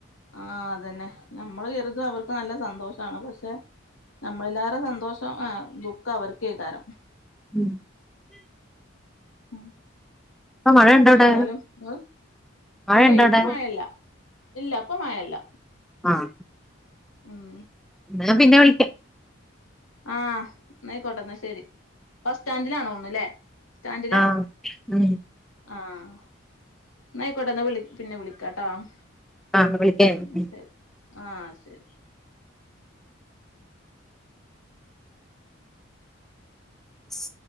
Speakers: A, on the left; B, in the centre.
A: ആഹ് അതന്നെ നമ്മള് കരുതും അവർക്ക് നല്ല സന്തോഷാണ് പക്ഷെ നമ്മളല്ലാരെ സന്തോഷം ആ ദുഃഖം അവർക്കേ കാരം
B: ഉം
A: ഉം
B: ഇപ്പൊ മഴണ്ടോ അവിടെ
A: ഏതാലും നിങ്ങൾ
B: മഴണ്ടോ
A: ഇല്ലേ ഇപ്പ
B: അവിടെ
A: മഴല്ല ഇല്ല ഇപ്പ മഴ ഇല്ല.
B: ആഹ്
A: ഉം
B: എന്നാ പിന്നെ വിളിക്കാം.
A: ആഹ് എന്നാ ആയിക്കോട്ടെ എന്നാ ശരി ബസ് സ്റ്റാൻഡിലാണ് തോന്നുന്ന് ലേ സ്റ്റാന്റ്ലാ
B: ആഹ് ഉം
A: ആഹ് എന്നായിക്കോട്ടെ ദ പിന്നെ വിളിക്കാ അഹ്
B: ആഹ് വിളിക്കാം
A: ശരി ആഹ് ശരി
B: സ്